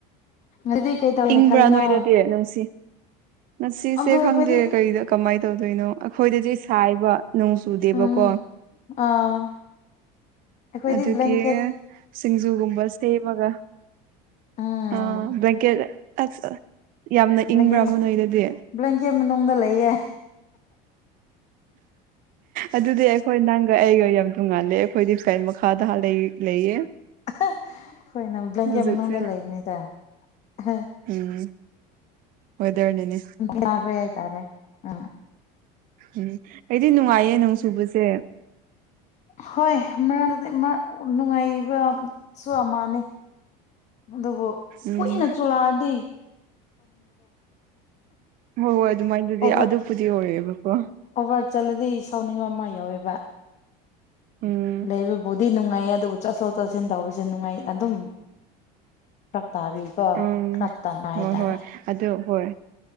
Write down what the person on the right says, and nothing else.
ꯏꯪꯕ꯭ꯔꯥ
ꯅꯣꯏꯗꯒꯤ ꯅꯪꯁꯤ ꯉꯁꯤꯁꯦ
ꯈꯪꯗꯦ
ꯀꯩꯗ ꯀꯃꯥꯏꯅ ꯇꯧꯗꯣꯏꯅꯣ ꯑꯩꯈꯣꯏꯗꯗꯤ ꯁꯥꯏꯕ ꯅꯣꯡ ꯆꯨꯗꯦꯕꯀꯣ
ꯑꯗꯨꯒꯤ
ꯁꯤꯡꯖꯨꯒꯨꯝꯕ ꯁꯦꯝꯃꯒ
ꯑ ꯕ꯭ꯂꯦꯡꯀꯦꯠ ꯑ ꯌꯥꯝꯅ
ꯏꯪꯕ꯭ꯔꯥꯕ ꯅꯣꯏꯗꯗꯤ
ꯑꯗꯨꯗꯤ ꯑꯩꯈꯣꯏ ꯅꯪ ꯑꯩꯒ ꯌꯥꯝ ꯇꯣꯡꯉꯥꯜꯂꯦ ꯑꯩꯈꯣꯏꯗꯤ ꯁꯥꯏ ꯃꯈꯥꯗ ꯂꯩꯌꯦ
ꯍꯧꯖꯤꯛꯁꯦ
ꯎꯝ ꯋꯦꯗꯔꯅꯅꯦ
ꯎꯝ ꯑꯩꯗꯤ ꯅꯨꯡꯉꯥꯏꯌꯦ ꯅꯣꯡ ꯆꯨꯕꯁꯦ
ꯎꯝ
ꯍꯣꯏ ꯍꯣꯏ ꯑꯗꯨꯃꯥꯏꯅꯗꯨꯗꯤ
ꯑꯗꯨꯕꯨꯨꯗꯤ ꯑꯣꯏꯌꯦꯦꯕꯀꯣ
ꯎꯝ
ꯎꯝ
ꯍꯣꯏ ꯍꯣꯏ ꯑꯗꯨ ꯍꯣꯏ